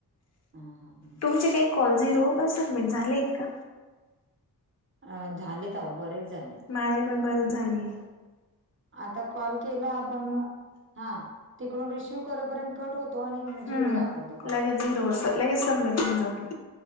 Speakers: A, on the right; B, on the left.
A: ह ह ह
B: तुमचे काही कॉल झिरो पण सबमिट झालेत का?
A: अ झालेत आहो बरेच झालेत.
B: माझी पण बरेचं झाली.
A: आता कॉल केला आपण हा तिकडून रिसिव्ह करेपर्यंत कट होत तो आणि म झीरो
B: हम्म
A: दाखवतो कॉल.
B: लगेच झिरो लगेच सबमिट होऊन जातो